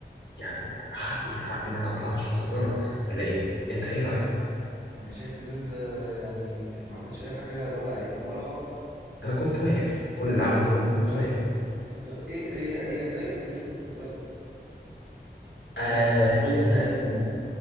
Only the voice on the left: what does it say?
يعني حقي حق إن أنا أطلع أشرب سيجارة ولا إيه؟ أنت إيه رأيك؟
أنا كنت واقف كل اللي
عملته إن أنا كنت
واقف
آه
هي
تقريبا